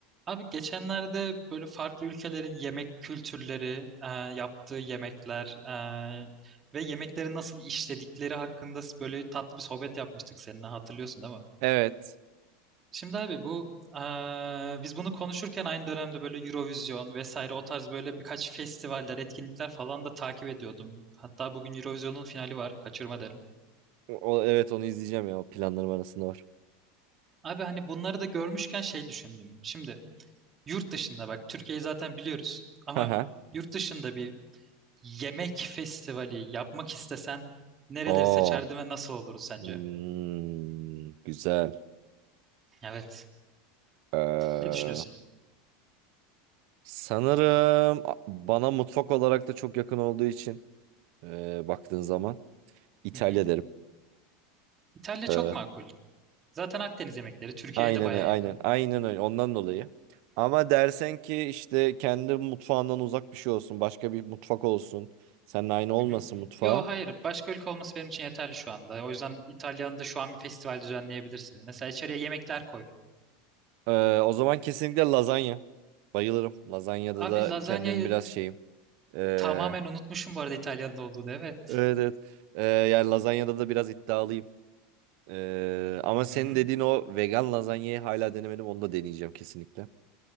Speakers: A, on the right; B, on the right.
A: Abi geçenlerde böyle farklı ülkelerin yemek kültürleri, e, yaptığı yemekler e, ve yemekleri nasıl işledikleri hakkında böyle tatlı bir sohbet yapmıştık seninle hatırlıyorsun değil mi?
B: Evet.
A: Şimdi abi bu e, biz bunu konuşurken aynı dönemde böyle Eurovision vesaire o tarz böyle birkaç festivaller, etkinlikler falan da takip ediyordum. Hatta bugün Eurovision'un finali var, kaçırma derim.
B: O, evet onu izleyeceğim ya. O planlarım arasında var.
A: Abi hani bunları da görmüşken şey düşündüm. Şimdi yurt dışında bak Türkiye'yi zaten biliyoruz ama
B: Haha.
A: yurt dışında bir yemek festivali yapmak istesen nereleri
B: Oo.
A: seçerdin ve nasıl olurdu sence?
B: Hmm, güzel.
A: Evet.
B: Ee,
A: Ne düşünüyorsun?
B: sanırım a- bana mutfak olarak da çok yakın olduğu için e, baktığın zaman İtalya
A: Hı hı.
B: derim.
A: İtalya
B: Ee,
A: çok makul. Zaten Akdeniz yemekleri Türkiye'ye
B: aynen
A: de baya
B: öyle,
A: yakın.
B: aynen aynen öyle ondan dolayı. Ama dersen ki işte kendi mutfağından uzak bir şey olsun, başka bir mutfak olsun, seninle aynı olmasın
A: Hı hı.
B: mutfağı.
A: Yo hayır başka ülke olması benim için yeterli şu anda. O yüzden İtalya'nın da şu an bir festival düzenleyebilirsin. Mesela içeriye yemekler koy.
B: Ee, o zaman kesinlikle lazanya. Bayılırım. Lazanyada
A: Abi
B: da
A: lazanyayı
B: kendimi biraz şeyim. Ee,
A: tamamen unutmuşum bu arada İtalya'nın olduğunu evet.
B: evet evet. Ee, yani lazanyada da biraz iddialıyım. Ee, ama
A: Hı hı.
B: senin dediğin o vegan lazanyayı hala denemedim. Onu da deneyeceğim kesinlikle.